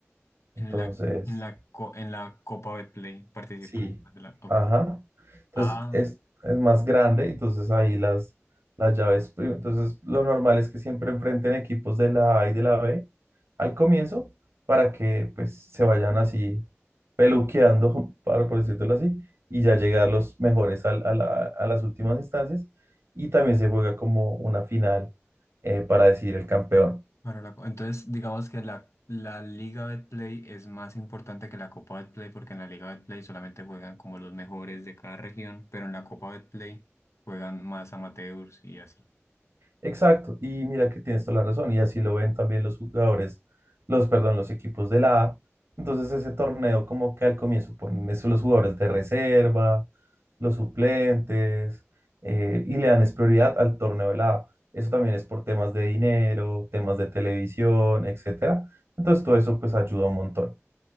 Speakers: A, on the right; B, on the left.
A: Entonces...
B: En la, en la, co- en la Copa Betplay participan.
A: Sí.
B: pues, de la- ok.
A: Ajá. Entonces
B: Ah.
A: es, es más grande, entonces ahí las, las llaves. prim- Entonces lo normal es que siempre enfrenten equipos de la A y de la B al comienzo para que pues se vayan así peluqueando, <laughs> para, por decirlo así, y ya llegar los mejores al- a, la- a las últimas instancias. Y también se juega como una final eh, para decidir el campeón.
B: Para la co- entonces, digamos que la, la Liga Betplay es más importante que la Copa Betplay porque en la Liga Betplay solamente juegan como los mejores de cada región, pero en la Copa Betplay juegan más amateurs y así.
A: Exacto, y mira que tienes toda la razón, y así lo ven también los jugadores, los, perdón, los equipos de la A. Entonces ese torneo como que al comienzo ponen eso los jugadores de reserva, los suplentes, eh, y le dan es prioridad al torneo de la A. Eso también es por temas de dinero, temas de televisión, etcétera. Entonces todo eso pues ayuda un montón.